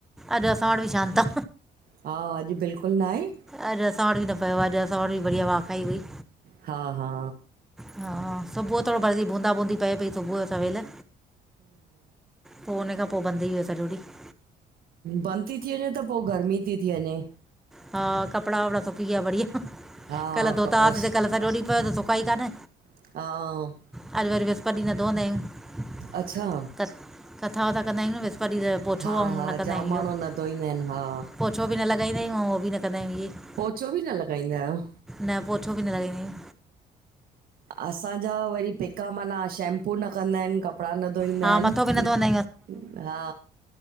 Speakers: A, in the centre; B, on the right (about 60°).
A: अॼु असां वट भी शांत आ
B: हा अॼु बिल्कुल नाहे
A: अॼ असां वट बि न पयो आ। अॼु असां वट बि बढ़िया वाखाई हुई
B: हा हा
A: हा सुबुह थोरो बरसी, बूंदा बूंदी पए पई सुबुह सवेल पो उने खां पोए बंद थी वियो सॼो ॾीह
B: बंद थी थी वञे त पो गर्मी थी थी वञे
A: हा कपड़ा वपड़ा सुकी विया बढिया।
B: हा
A: कल धोता
B: कपिड़ा
A: हुआसीं
B: सुकंदा
A: त कल सॼो ॾींहु पियो त सुका ई कान
B: हा
A: अॼ वरी विस्पत ॾीह न धुअंदा आहियूं
B: अच्छा
A: क कथा वथां कंदा आहियूं न विस्पत ॾींह त पोछो
B: हा
A: ऐं
B: हा
A: न कंदा
B: जाम
A: आहियूं
B: माण्हू
A: इहो
B: न धोईंदा आहिनि हा
A: पो छो बि न लॻाईंदा आहियूं उहो बि न कंदा आहियूं इहे
B: पोछो बि न लॻाईंदा आहियो?
A: न पोछो बि न लॻांदी आहियां
B: असांजा वरी पेका माना शैंप -पू न कंदा हिनि, कपिड़ा न धोईंदा
A: हा
B: हिनि
A: मथो बि न धोईंदा
B: हा